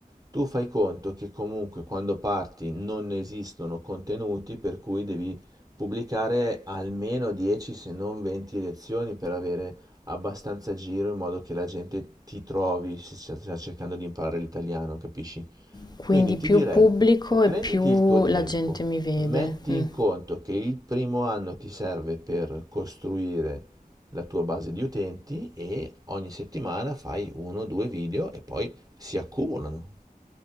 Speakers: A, on the right; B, on the left.
A: Tu fai conto che comunque quando parti non esistono contenuti, per cui devi pubblicare almeno 10 se non 20 lezioni per avere abbastanza giro in modo che la gente ti trovi se sta cercando di imparare l'italiano, capisci?
B: Quindi
A: Quindi ti
B: più
A: direi,
B: pubblico
A: prenditi
B: e più
A: il tuo tempo,
B: la gente mi vede.
A: metti
B: Mm.
A: in conto che il primo anno ti serve per costruire la tua base di utenti e ogni settimana fai uno o due video e poi si accumulano.